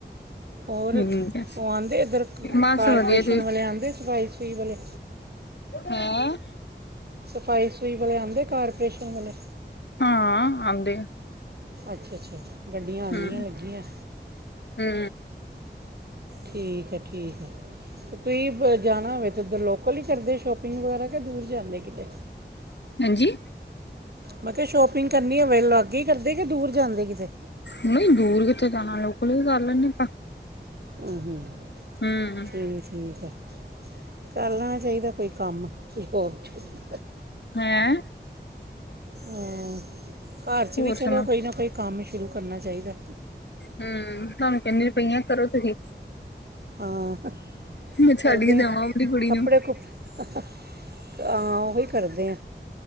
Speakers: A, on the right; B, on the left.
A: ਹੋਰ,
B: ਠੀਕ ਹੈ,
A: ਉਹ ਆਂਦੇ ਇੱਧਰ,
B: ਬਸ
A: ਕਾਰਪਰੇਸ਼ਨ
B: ਵਧੀਆ
A: ਵਾਲੇ ਆਂਦੇ ਸਫ਼ਾਈ-ਸਫੁਈ ਵਾਲੇ?
B: ਹਾਂ
A: ਸਫ਼ਾਈ-ਸਫੁਈ ਵਾਲੇ ਆਂਦੇ, ਕਾਰਪਰੇਸ਼ਨ ਵਾਲੇ।
B: ਹਾਂ, ਆਂਦੇ।
A: ਅੱਛਾ-ਅੱਛਾ, ਗੱਡੀਆਂ ਆਂਦੀਆ,
B: ਹੂੰ,
A: ਗੱਡੀਆਂ।
B: ਹੂੰ
A: ਠੀਕ ਐ, ਠੀਕ ਐ। ਤੁਸੀਂ ਜਾਣਾ ਹੋਵੇ ਤੇ ਉਧਰ ਲੋਕਲ ਈ ਕਰਦੇ ਸ਼ੌਪਿੰਗ ਵਗੈਰਾ, ਕਿ ਦੂਰ ਜਾਂਦੇ ਕਿਤੇ।
B: ਹਾਂਜੀ?
A: ਮੈ ਕਿਆ, ਸ਼ੋਪਿੰਗ ਕਰਨੀ ਹੋਵੇ ਲਾਗੇ ਈ ਕਰਦੇ, ਕਿ ਦੂਰ ਜਾਂਦੇ ਕਿਤੇ?
B: ਨਹੀ, ਦੂਰ ਕਿਥੇ ਜਾਣਾ ਲੋਕਲ ਵੀ ਕਰ ਲੈਂਨੇ ਆ
A: ਹੂੰ-ਹੂੰ, ਹੂੰ,
B: ਹੂੰ।
A: ਠੀਕ, ਠੀਕ ਐ। ਕਰ ਲੈਣਾ ਚਾਹੀਦਾ ਕੋਈ ਕੰਮ, ਕੋਈ ਜੋਬ-ਜੁਬ
B: ਹੈਂ।
A: ਹਾਂ ਘਰ 'ਚ
B: ਹੋਰ
A: ਵੀ ਚਲੋ,
B: ਸੁਣਾ
A: ਕੋਈ ਨਾ ਕੋਈ ਕੰਮ ਸ਼ੁਰੂ ਕਰਨਾ ਚਾਹੀਦਾ।
B: ਹੂੰ, ਤੁਹਾਨੂੰ ਕਹਿੰਨੀ ਤੇ ਪਈਆਂ, ਕਰੋ ਤੁਹੀ।
A: ਹਾਂ
B: ਮੈਂ ਛੱਡ
A: ਕਰਦੇ
B: ਕੇ ਜਾਵਾਂ
A: ਆ
B: ਆਪਣੀ ਕੁੜੀ
A: ਕੱਪੜੇ
B: ਨੂੰ।
A: ਕੁਪ ਹਾਂ, ਓਹੀ ਕਰਦੇ ਆਂ,